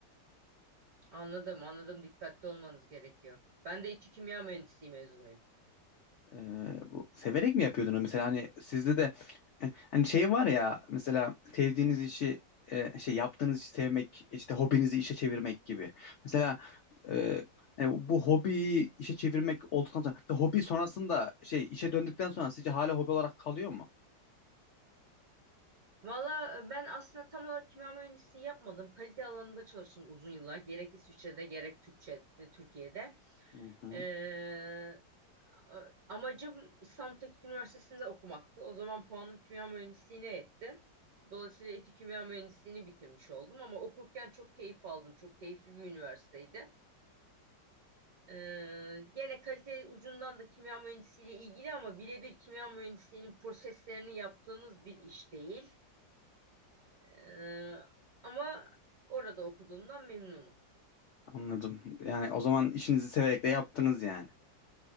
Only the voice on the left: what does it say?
Ee, bu severek mi yapıyordunuz mesela hani sizde de e, hani şey var ya mesela sevdiğiniz işi e, şey yaptığınız işi sevmek işte hobinizi işe çevirmek gibi. Mesela e, yani bu bu hobiyi işe çevirmek olduktan sonra mesela hobi sonrasında şey işe döndükten sonra sizce hala hobi olarak kalıyor mu?
Hı hı,
anladım. Yani o zaman işinizi severek de yaptınız yani.